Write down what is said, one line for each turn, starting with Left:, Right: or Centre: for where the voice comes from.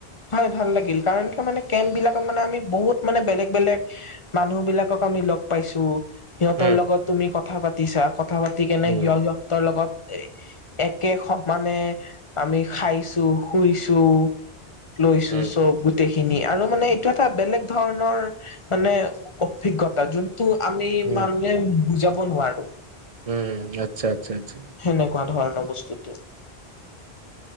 Left: হয় ভাল লাগিল। কাৰণ কিয় মানে কেম্পবিলাকত মানে আমি বহুত মানে বেলেগ, বেলেগ মানুহবিলাকক আমি লগ পাইছো। সিহঁতৰ
Right: উম,
Left: লগত তুমি কথা পাতিছা, কথা পাতি কেনে
Right: উম,
Left: সিয় সিহ তৰ লগত একে সমানে আমি খাইছো, শুইছো। লৈছো
Right: উম,
Left: চব, গোট টেইখিনি, আৰু মানে এইটো এটা বেলেগ ধৰণৰ মানে অভিজ্ঞতা যোন টো আমি
Right: উম,
Left: মানে বুজাব নোৱাৰো।
Right: উম আচ্ছা, আচ্ছা, আচ্ছা।
Left: সেনেকুৱা ধৰণৰ বস্তুটো।